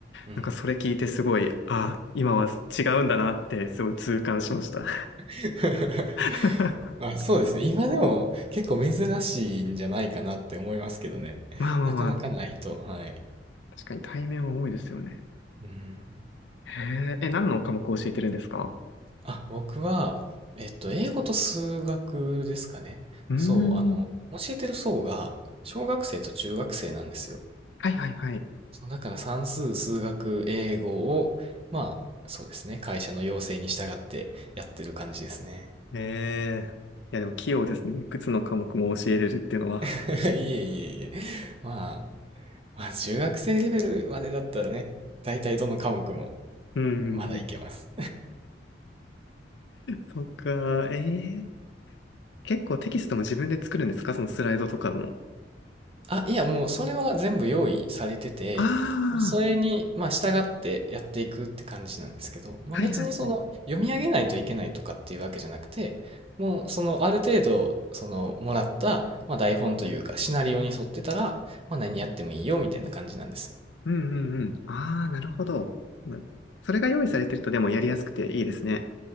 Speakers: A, on the right (about 30°); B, on the left (about 80°).
A: うん。
B: なんかそれ聞いてすごい、ああ、今は違うんだなってすごい痛感しました。
A: <laughs>
B: <laughs>
A: まあ、そうですね。今でも結構珍しいんじゃないかなって思いますけどね。
B: まあまあまあ、
A: なかなかないと。はい。
B: 確かに対面は多いですよね。
A: うん。
B: へえ、え、何の科目を教えてるんですか
A: あ、僕は、えっと、英語と数学ですかね。
B: うーん、
A: そう、あの、教えてる層が、小学生と中学生なんですよ。
B: はいはいはい。
A: そう、だから算数、数学、英語を、まあ、そうですね、会社の要請に従ってやってる感じですね。
B: ええ、いやでも器用ですね。いくつの科目も教えれるっていうのは。
A: <laughs> いえいえいえ。まあ、まあ、中学生レベルまでだったらね、大体どの科目も
B: うんうんうん。
A: まだいけます。
B: そっか、ええ結構テキストも自分で作るんですかそのスライドとかも。
A: あ、いや、もうそれは全部用意されてて、
B: あ
A: それに、
B: あ、
A: まあ、従ってやっていくって感じなんですけど、まあ、
B: はいはいはい。
A: 別にその、読み上げないといけないとかっていうわけじゃなくて、もう、その、ある程度、その、もらった、まあ、台本というか、シナリオに沿ってたら、まあ、何やってもいいよ、みたいな感じなんですよ。
B: うんうんうん。ああ、なるほど。うんそれが用意されてるとでもやりやすくていいですね。